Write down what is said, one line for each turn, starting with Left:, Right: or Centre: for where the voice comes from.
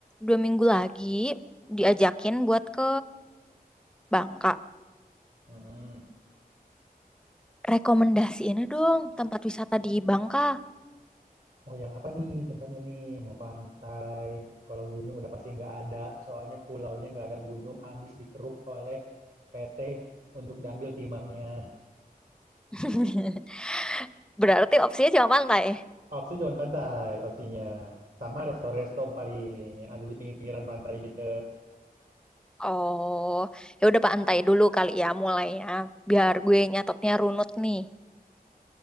Centre: dua minggu lagi diajakin buat ke Bangka.
Right: Mm-mm.
Centre: Rekomendasi ini dong tempat wisata di Bangka.
Right: Mau yang apa nih tempatnya nih? Mau pantai. Kalau gunung udah pasti nggak ada. Soalnya pulaunya nggak ada gunung, abis dikeruk oleh PT untuk diambil timahnya.
Centre: <laughs> Berarti opsinya cuma pantai.
Right: Opsi cuma pantai, opsinya. Sama resto-resto paling yang ada di pinggir-pinggiran pantai gitu.
Centre: Oh, ya udah pantai dulu kali ya mulainya. Biar gue nyatetnya runut nih.